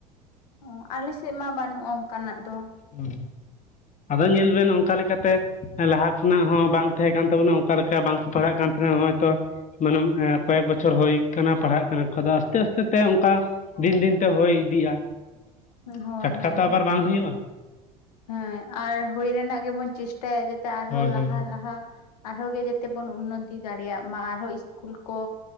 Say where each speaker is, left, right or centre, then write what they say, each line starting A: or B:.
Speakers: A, on the left; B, on the left.
A: ᱚ ᱟᱞᱮ ᱥᱮᱡ ᱢᱟ ᱵᱟᱹᱱᱩᱜ-ᱟ ᱚᱝᱠᱟᱱᱟᱜ ᱫᱚ᱾
B: ᱦᱩᱸ ᱟᱫᱚ ᱧᱮᱞ ᱵᱮᱱ ᱚᱱᱠᱟ ᱞᱮᱠᱟᱛᱮ ᱞᱟᱦᱟ ᱠᱷᱚᱱᱟᱜ ᱦᱚᱸ ᱵᱟᱝ ᱛᱟᱦᱮᱸ ᱠᱟᱱ ᱛᱟᱵᱚᱱᱟ ᱚᱱᱠᱟ ᱞᱮᱠᱟ ᱵᱟᱝ ᱠᱚ ᱯᱟᱲᱦᱟᱜ ᱠᱟᱱ᱾ ᱱᱚᱜᱼᱚᱭ ᱛᱚ ᱢᱟᱱᱮ ᱠᱚᱭᱮᱠ ᱵᱚᱪᱷᱚᱨ ᱦᱩᱭ ᱠᱟᱱᱟ ᱯᱟᱲᱦᱟᱜ ᱠᱟᱱᱟ ᱟᱫᱚ ᱟᱥᱛᱮ ᱟᱥᱛᱮ ᱛᱮ ᱚᱱᱠᱟ᱾ ᱫᱤᱱ ᱫᱤᱱᱛᱮ ᱦᱚᱭ ᱤᱫᱤᱜᱼᱟ
A: ᱦᱳᱭ
B: ᱴᱟᱴᱠᱟ
A: ᱦᱳᱭ
B: ᱛᱚ ᱟᱵᱟᱨ ᱵᱟᱝ ᱦᱩᱭᱩᱜᱼᱟ᱾
A: ᱦᱮᱸ ᱟᱨ ᱦᱩᱭ ᱨᱮᱱᱟᱜ ᱜᱮᱵᱚᱱ ᱪᱮᱥᱴᱟᱭᱟ ᱡᱟᱛᱮ ᱟᱨᱦᱚᱸ
B: ᱦᱳᱭ
A: ᱞᱟᱦᱟ
B: ᱦᱳᱭ
A: ᱞᱟᱦᱟ᱾ ᱟᱨᱦᱚᱸ ᱜᱮ ᱡᱮᱛᱮ ᱵᱚᱱ ᱩᱱᱚᱛᱤ ᱫᱟᱲᱮᱭᱟᱜ ᱢᱟ ᱟᱨᱦᱚᱸ ᱤᱥᱠᱩᱞ ᱠᱚ